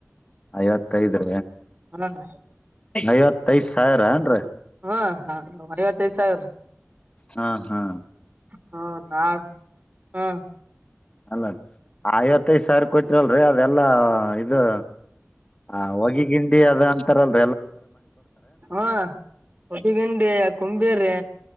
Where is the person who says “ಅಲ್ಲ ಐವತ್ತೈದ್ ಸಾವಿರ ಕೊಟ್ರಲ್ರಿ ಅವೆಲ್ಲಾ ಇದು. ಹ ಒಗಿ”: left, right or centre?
Left